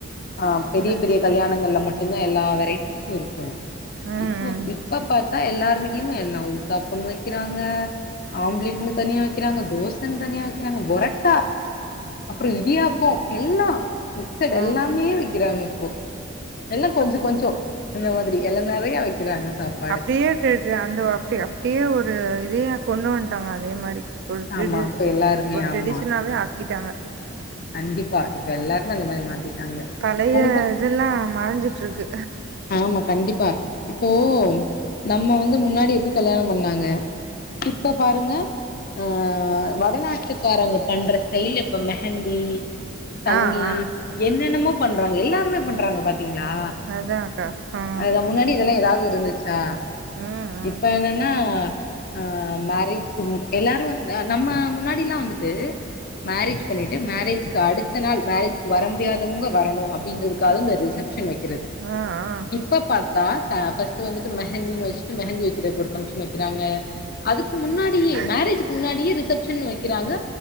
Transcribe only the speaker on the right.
அதா
ம்
ம்
அப்டியே தெரிது அந்த அப்டி அப்டியே ஒரு இதையா கொண்டு வந்ட்டாங்க அதே மாரி ஒரு ட்ரெடி
ஒரு ட்ரெடிஷனாவே
ஆக்கிட்டாங்க
பழைய
இதெல்லா மறஞ்சிட்டு இருக்கு
ஆ ஆ
அதான்க்கா ஹ
ம்
ஆஹ் ஆஹ்
ஆ